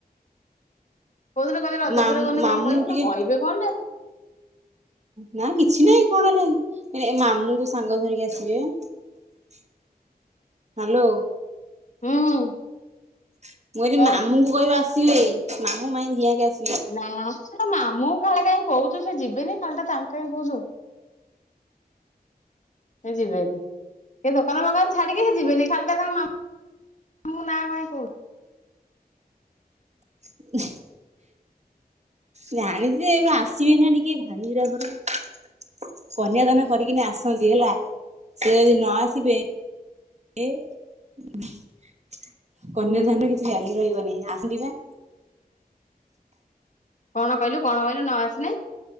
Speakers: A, on the left; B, on the right.
A: କହୁଥିଲେ କହିଲେ ରଜ
B: ମାମୁଁ
A: ପରେ ଗଲେ
B: ମାମୁଁ
A: କଣ କହିବେ
B: ଟିକେ
A: ନା କହିବେ କଣ ବେ।
B: ନା କିଛି ନାଇଁ କଣ ହେଲାକି ଏ ମାମୁଙ୍କୁ ସାଙ୍ଗରେ ଧରିକି ଆସିବେ। ହ୍ୟାଲୋ।
A: ହୁଁ।
B: ମୁଁ କହିଲି
A: କହ।
B: ମାମୁଁଙ୍କୁ କହିବ ଆସିବେ ମାମୁଁ ମାଇଁ ଦି ହାକେ ଆସି
A: ନା ତୋ ମାମୁଁଙ୍କୁ ଖାଲି କାଇଁ କହୁଚୁ ସେ ଯିବେନି ଖାଲି ଟା ତାଙ୍କୁ କାଇଁ କହୁଛୁ। ସେ ଯିବେନି ସେ ଦୋକାନ ଫୋକାନ ଛାଡିକି ସେ ଯିବେନି ଖାଲିଟା ତା ମା ତୁ ନା କାଇଁ କହୁଛୁ।
B: <unintelligible> ଜାଣିଛି ଆସିବେନା ଟିକେ ଭାଣିଜି ର ଘରକୁ। କନ୍ୟାଦାନ କରିକିନା ଆସନ୍ତି ହେଲା ସେ ଯଦି ନ ଆସିବେ ଏ କନ୍ୟାଦାନ
A: ହୁଁ।
B: ର କିଛି ଭ୍ୟାଲୁ ରହିବନି ଆସନ୍ତି ବା।
A: କଣ କହିଲୁ କଣ କହିଲୁ ନ ଆସିଲେ?